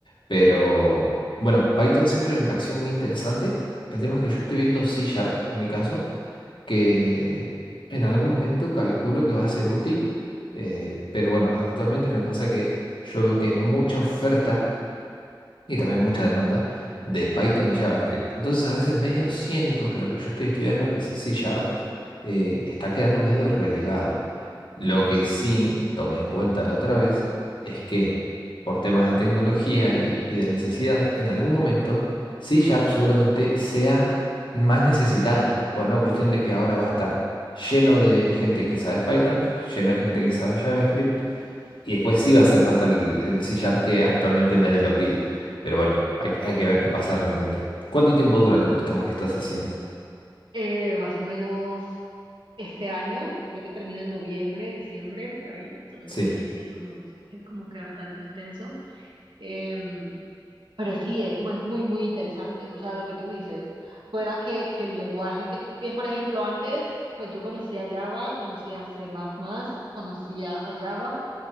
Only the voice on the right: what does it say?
Eh, más o menos este año, creo que termina en noviembre, diciembre, por ahí, entonces
sí, sí es como, es como que bastante extenso. Em, Pero sí, es muy, muy, muy interesante, o sea, lo que tú dices, pueda que, que el lenguaje que tú tienes, por ejemplo, antes, pues yo conocía Java, conocía C++, conocía a Java,